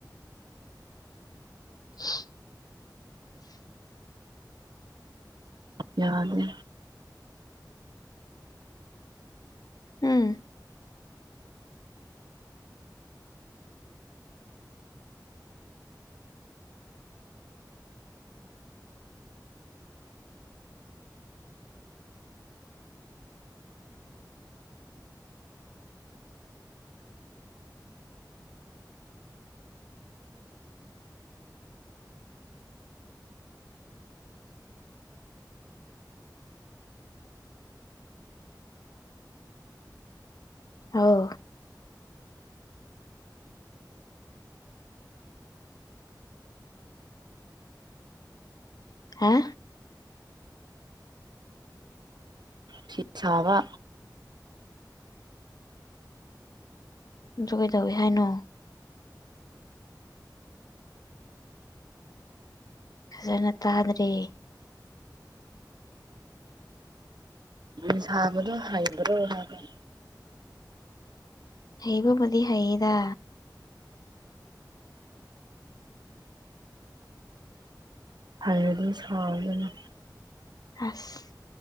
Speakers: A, on the left; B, on the right.
A: <unintelligible>
B: ꯌꯥꯗꯦ
A: ꯎꯝ ꯍꯥꯎ ꯍꯥ
B: ꯐꯤ ꯁꯥꯕ
A: ꯗꯨ ꯀꯩꯗꯧꯏ ꯍꯥꯏꯅꯣ ꯐꯖꯅ ꯇꯥꯗ꯭ꯔꯦ
B: ꯐꯤ ꯁꯥꯕꯗꯣ ꯍꯩꯕ꯭ꯔꯣ ꯍꯥꯏꯕ
A: ꯍꯩꯕꯕꯨꯗꯤ ꯍꯩꯌꯦꯗ
B: ꯍꯥꯏꯔꯗꯨ ꯁꯥꯎꯗꯅ
A: ꯑꯁ